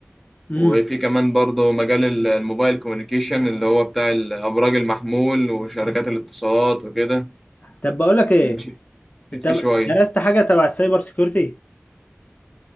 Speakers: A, on the left; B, in the centre.
A: امم
B: وفي كمان برضه مجال ال- الموبايل كوميونيكيشن اللي هو بتاع الأبراج المحمول وشركات الاتصالات وكده
A: طب بقول لك ايه
B: ماشي مشيت
A: انت
B: فيه شوية
A: درست حاجة تبع السايبر سيكيورتي